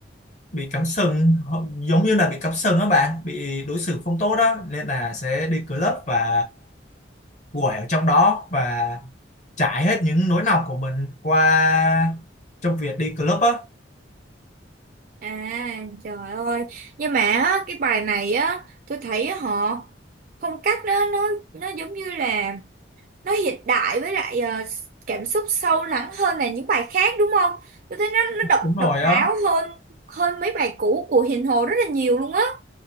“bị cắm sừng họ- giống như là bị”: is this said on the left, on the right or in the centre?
Left